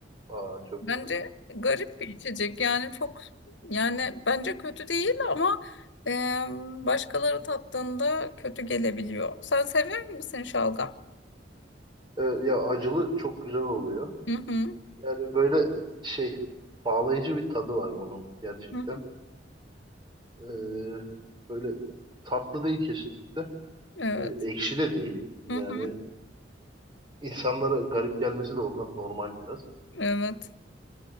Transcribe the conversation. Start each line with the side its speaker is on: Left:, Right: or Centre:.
Right: Aa çok
Left: Bence
Right: güzel.
Left: garip bir içecek. Yani çok yani bence kötü değil ama e, başkaları tattığında kötü gelebiliyor. Sen seviyor musun şalgam?
Right: E, ya acılı çok güzel oluyor.
Left: Hı hı.
Right: Yani böyle şey bağlayıcı bir tadı var onun gerçekten.
Left: Hı hı.
Right: Ee, böyle tatlı değil kesinlikle.
Left: Evet.
Right: Ee, ekşi de değil. Yani
Left: Hı hı.
Right: insanlara garip gelmesi de ondan normal biraz.
Left: Evet.